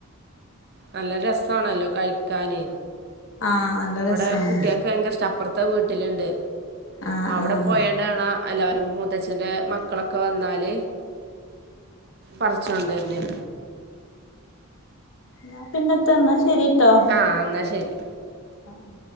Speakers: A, on the right (about 45°); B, on the left (about 55°).
A: നല്ല രസാണല്ലോ കഴിക്കാന്
B: ആഹ് നല്ല
A: ഇവിടെ
B: രസാണ്
A: കുട്ട്യാൾക്ക് ഭയങ്കര ഇഷ്ട അപ്പുറത്തെ വീട്ടിലുണ്ട്
B: ആഹ്
A: അവിടെ
B: ആഹ്
A: പോയാണ്ട ആണ എല്ലാവരും മൂത്തച്ഛൻ്റെ മക്കളൊക്കെ വന്നാൽ പറിച്ച്കോണ്ടരേലെ.
B: എന്നാ പിന്നെ ഇന്നാ ശെരിട്ടോ.
A: ആഹ് എന്നാൽ ശെരി
B: ആഹ്